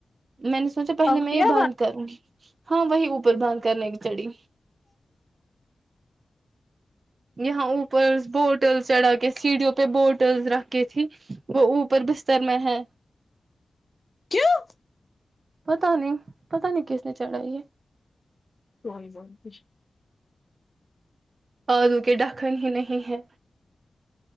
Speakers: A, on the right (about 60°); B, on the left (about 35°).
A: میں نے سوچا پہلے
B: اب
A: میں
B: کیا
A: یہ بند کروں ہاں وہی اوپر باند کرنے کی چڑی یہاں اوپر بوٹل چڑھا کے سیڈیو پٹلز رکھھی تھی وہ اوپر بستر میں ہے
B: کیوں
A: پتا نہیں پتا نہیں کس نے چڑھاائی ہے
B: وہئی بئیھ
A: آدو کے ڈکن ہی نہیں ہے